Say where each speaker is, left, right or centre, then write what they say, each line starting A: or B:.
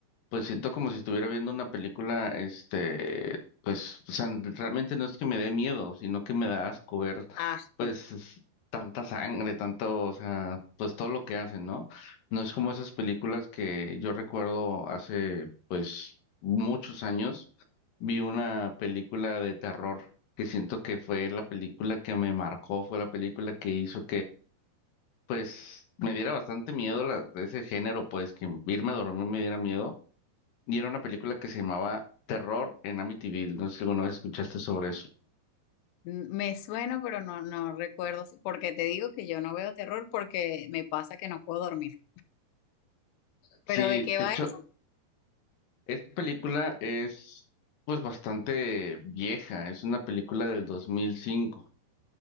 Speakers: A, on the left; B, on the left.
A: pues siento como si estuviera viendo una película, este, pues, o sea, realmente no es que me dé miedo, sino que me da asco ver,
B: Asco.
A: pues, es- tanta sangre, tanto, o sea, pues todo lo que hacen, ¿no? No es como esas películas que yo recuerdo hace, pues, muchos años, vi una película de terror que siento que fue la película que me marcó, fue la película que hizo pues me diera bastante miedo la, de ese género, pues que irme a dormir me diera miedo. Y era una película que se llamaba Terror en Amityville. No sé si alguna vez escuchaste sobre eso.
B: Mm, Me suena, pero no, no recuerdo, si- porque te digo que yo no veo terror porque me pasa que no puedo dormir.
A: Sí,
B: ¿Pero de qué
A: de
B: va
A: hecho,
B: eso?
A: esta película es pues bastante vieja. Es una película del 2005.